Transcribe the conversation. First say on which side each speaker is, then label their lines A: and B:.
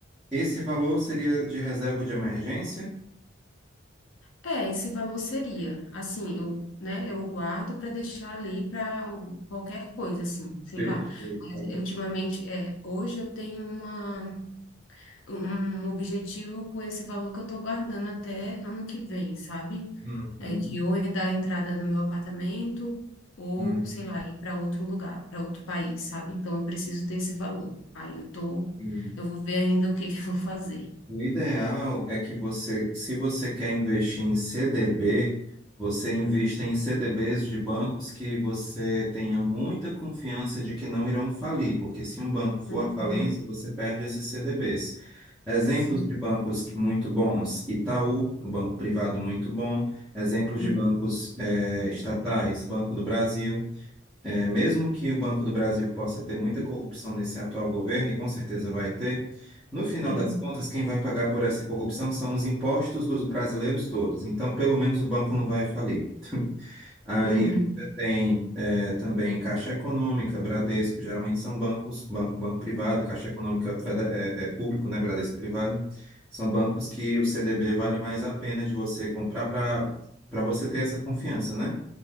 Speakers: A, in the centre; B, on the left.
A: esse valor seria de reserva de emergência?
B: É, esse valor seria, assim, eu, né, eu guardo para deixar ali para qualquer coisa, assim, sei
A: Perfeito.
B: lá. Mas,
A: Agora.
B: eh, ultimamente, é, hoje eu tenho uma um objetivo com esse valor que eu estou guardando até ano que vem, sabe?
A: Uhum,
B: É de ou eu dar entrada no meu apartamento, ou,
A: uhum,
B: sei lá, ir para outro lugar, para outro país, sabe? Então eu preciso ter esse valor. Aí eu tô,
A: uhum.
B: eu vou ver ainda o que que eu vou fazer.
A: O ideal é que você, se você quer investir em CDB, você invista em CDBs de bancos que você tenha muita confiança de que não irão falir, porque se um banco for
B: Uhum,
A: à falência, você perde esses CDBs. Exemplos
B: sim.
A: de bancos que- muito bons: Itaú, um banco privado muito bom. Exemplos
B: Uhum,
A: de bancos eh, estatais: Banco do Brasil. É, mesmo que o Banco do Brasil possa ter muita corrupção nesse atual governo, e com certeza vai ter, no final
B: Uhum,
A: das contas, quem vai pagar por essa corrupção são os impostos dos brasileiros todos. Então, pelo menos o banco não vai falir. Aí
B: uhum,
A: você tem eh, também Caixa Econômica, Bradesco, geralmente são bancos, banco, banco privado, Caixa Econômica fede- é, é público, né? Bradesco privado. São bancos que o CDB vale mais a pena de você comprar para para você ter essa confiança, né?